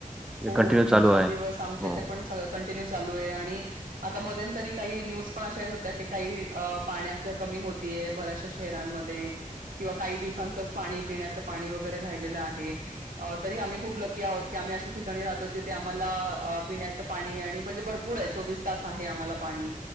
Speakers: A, in the centre; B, on the right.
A: हे
B: हो
A: कंटिन्यू
B: तीन
A: चालू
B: -चार
A: आहे.
B: दिवस आमच्या
A: हो.
B: ते पण कंटिन्यू चालू आहे आणि आता मध्येंतरी काही न्यूज पण अशा येत होत्या, की काही अ पाण्याच कमी होतीय बऱ्याशा शहारांनमध्ये, किंवा काही दिवसांचंच पाणी पिण्याचं पाणी वगैरे राहिलेलं आहे. अ, तरी आम्ही खूप लकी आहोत की आम्ही असे ठिकाणी राहतो जिथे आम्हाला, पिण्याचं पाणी आणि म्हणजे भरपूर आहे चोवीस तास आहे आम्हाला पाणी.